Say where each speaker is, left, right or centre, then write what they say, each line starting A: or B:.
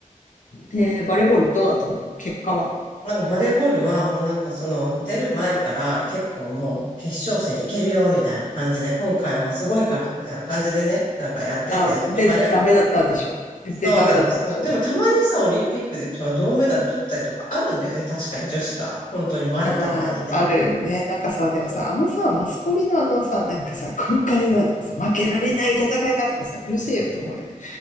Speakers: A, on the left; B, on the left.
A: えー、バレーボールどうだったの結果は。
B: なんかバレーボールはもうなんかその出る前から結構もう決勝戦いけるよみたいな感じで今回はすごいからみたいな感じでね、なんかやってて、
A: あ、
B: そのバレー、
A: で、ダメだったんでしょで、
B: そうなの、
A: ダメだったんでしょ
B: その、でもたまにさ、オリンピックでその銅メダル取ったりとかあるんだよね、確かに女子が。本当にまれたまにね。
A: うん、あるよね。なんかさ、
B: そうそう
A: でもさ、あのさ、マスコミのあのさ、なんかさ、今回はとかさ、負けられない戦いがとかさ、うるせえよって思うよね。